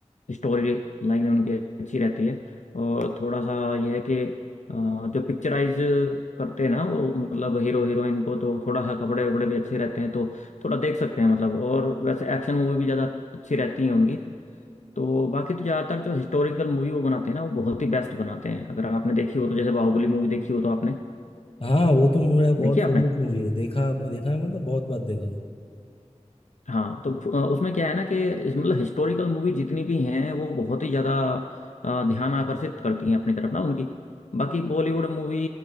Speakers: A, on the left; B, on the left.
A: स्टोरी लाइन उनकी अच्छी रहती है और थोड़ा सा यह है कि अ, जो पिक्चराइज करते हैं ना वो मतलब हीरो हीरोइन को तो थोड़ा सा कपड़े वपड़े भी अच्छे रहते हैं तो थोड़ा देख सकते हैं मतलब और वैसे एक्शन मूवी भी ज़्यादा अच्छी रहती हैं उनकी तो बाकी तो ज़्यादातर जो हिस्टोरिकल मूवी वो बनाते हैं ना वो बहुत ही बेस्ट बनाते हैं अगर आपने देखी हो तो जैसे बाहुबली मूवी देखी हो तो आपने
B: हाँ वो तो मेरा बहुत
A: देखी
B: फेवरेट
A: है आपने
B: मूवी है देखा देखा है मतलब बहुत बार देखा है
A: हाँ तो फ- अ, उसमें क्या है ना कि इस मतलब हिस्टोरिकल मूवी जितनी भी हैं वो बहुत ही ज़्यादा अ, ध्यान आकर्षित करती हैं अपनी तरफ ना उनकी बाकी बॉलीवुड मूवी